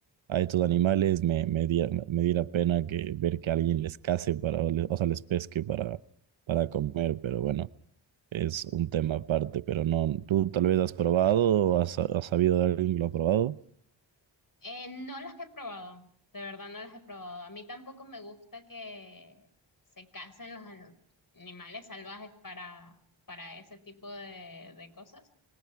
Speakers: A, on the right (about 75°); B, on the left (about 45°).
A: a estos animales, me, me di- me diera pena que ver que alguien les case para, o, le- o sea, les pesque para, para comer, pero bueno. Es un tema aparte, pero no, tú tal vez has probado o has, has sabido de alguien que lo ha probado.
B: Eh, no las he probado, de verdad no las he probado. A mí tampoco me gusta que se casen los an- animales salvajes para, para ese tipo de, de cosas,